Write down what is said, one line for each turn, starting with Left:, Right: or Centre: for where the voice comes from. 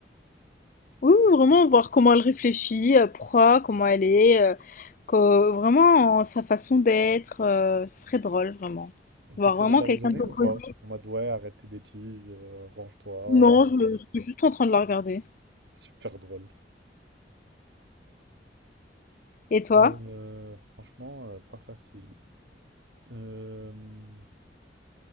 Left: Oui, oui, vraiment voir comment elle réfléchit, euh, pourquoi, comment elle est, euh, co- vraiment euh, sa façon d'être, euh, ce serait drôle, vraiment.
Right: Et
Left: Voir
Right: t'essaierais
Left: vraiment
Right: de la
Left: quelqu'un
Right: raisonner
Left: d'opposé.
Right: ou pas? En mode ouais, arrête tes bêtises, euh, range-toi.
Left: Non,
Right: euh,
Left: je, je suis juste en train de la regarder.
Right: Super drôle.
Left: Et toi?
Right: Euh, euh, franchement, euh, pas facile. Euh,